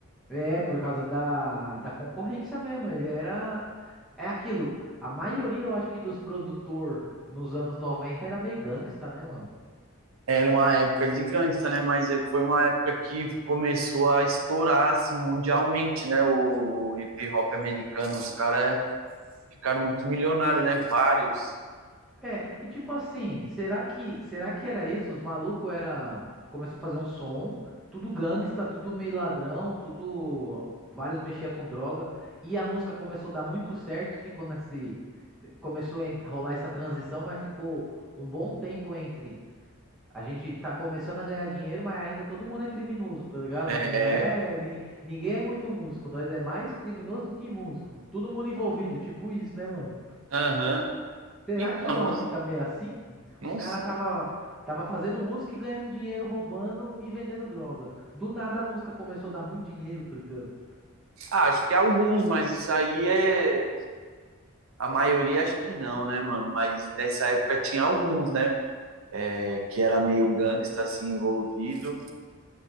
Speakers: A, in the centre; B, on the right.
A: É, por causa da, da concorrência mesmo. Ele era. É aquilo. A maioria, eu acho que, dos produtor nos anos 90 era meio gangsta, né, mano?
B: Era uma época de gangsta, né? Mas eh, foi uma época que começou a estourar assim mundialmente, né? O hip hop americano, os caras ficaram muito milionários, né? Vários.
A: É, e tipo assim, será que será que era isso? Os malucos era começou a fazer um som, tudo gangsta, tudo meio ladrão, tudo vários mexia com droga e a música começou a dar muito certo, ficou nesse começou a en- rolar essa transição, mas ficou um bom tempo entre a gente tá começando a ganhar dinheiro, mas ainda todo mundo é criminoso, tá ligado?
B: É.
A: Não é ni- ninguém é muito músico, nós é mais criminoso do que músico, todo mundo envolvido, tipo isso, né, mano?
B: Aham.
A: Será
B: Então,
A: que foi uma
B: não,
A: fita meio assim?
B: não,
A: Os caras tava, tava fazendo música e ganhando dinheiro, roubando e vendendo droga. Do nada a música começou a dar muito dinheiro, tá ligado?
B: ah, acho que alguns, mas isso aí é a maioria acho que não, né, mano? Mas nessa época tinha alguns, né? É, que era meio gangsta assim envolvido,